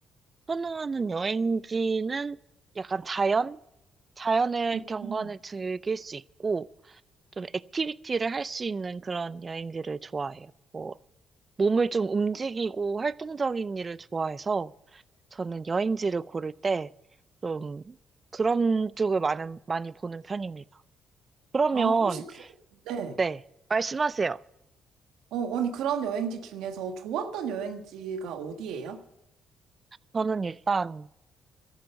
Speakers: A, on the right; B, on the right.
A: 선호하는 여행지는 약간 자연? 자연의
B: 음.
A: 경관을 즐길 수 있고, 좀 액티비티를 할 수 있는 그런 여행지를 좋아해요. 뭐, 몸을 좀 움직이고 활동적인 일을 좋아해서, 저는 여행지를 고를 때, 좀, 그런 쪽을 많은, 많이 보는 편입니다. 그러면,
B: 아, 혹시 그, 네.
A: 네, 말씀하세요.
B: 어, 아니, 그런 여행지 중에서 좋았던 여행지가 어디예요?
A: 저는 일단,